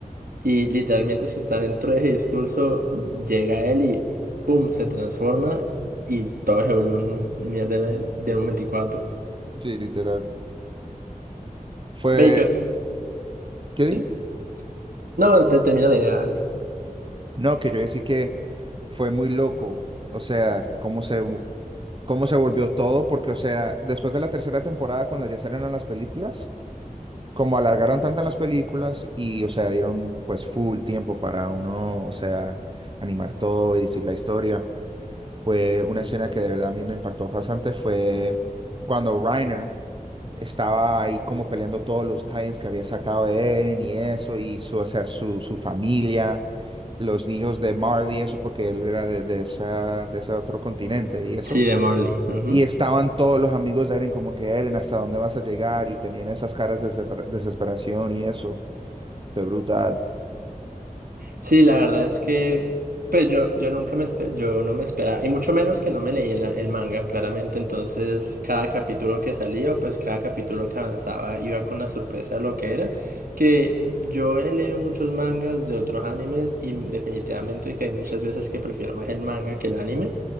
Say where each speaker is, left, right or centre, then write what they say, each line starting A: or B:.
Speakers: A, on the right; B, on the right.
A: Y literalmente es que está dentro de ese discurso, llega él pum, se transforma y todo se vuelve un mierda de, de un 24.
B: Sí, literal. Fue,
A: Ve, y yo-
B: ¿qué
A: ¿sí?
B: dije?
A: No, bueno, te termina la idea. dale.
B: No, que yo decía que fue muy loco. O sea, cómo se mu- cómo se volvió todo, porque, o sea, después de la tercera temporada, cuando ya salieron las películas, como alargaron tanto en las películas y, o sea, dieron pues full tiempo para uno, o sea, animar todo y decir la historia, fue una escena que de verdad a mí me impactó bastante, fue cuando Reiner estaba ahí como peleando todos los tie que había sacado Eren y eso, y su, o sea, su, su familia. los niños de Marley, eso porque él era de, de esa, de ese otro continente y eso.
A: Sí, de Morley. ujú.
B: Y estaban todos los amigos de Eren como que Eren, ¿hasta dónde vas a llegar? Y tenían esas caras de desespera- desesperación y eso. Fue brutal.
A: Sí, la verdad es que, pues yo, yo nunca me, espe- yo no me esperaba, y mucho menos que no me leí el, el manga, claramente. Entonces, cada capítulo que salía, o pues cada capítulo que avanzaba, iba con la sorpresa de lo que era. Que yo he leído muchos mangas de otros animes, y definitivamente que hay muchas veces que prefiero más el manga que el anime.